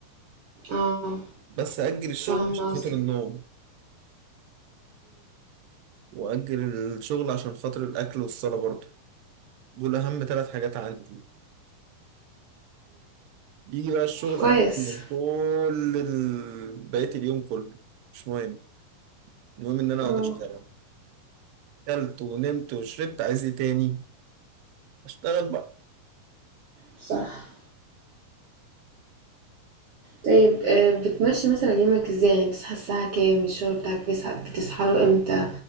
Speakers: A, on the right; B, on the right.
A: اه
B: بس أجل الشغل
A: فاهمة
B: عشان
A: قصدك
B: خاطر النوم وأجل الشغل عشان خاطر الأكل والصلاة برضه دول أهم ثلاث حاجات عندي يجي بقى الشغل
A: كويس
B: أهم من كل ال... بقية اليوم كله مش مهم المهم إن أنا أقعد
A: اه
B: أشتغل أكلت ونمت وشربت عايز إيه تاني أشتغل بقى
A: صح طيب آه، بتمشي مثلا يومك ازاي يعني بتصحى الساعة كام الشغل بتاعك بتصحى بتصحى له امتى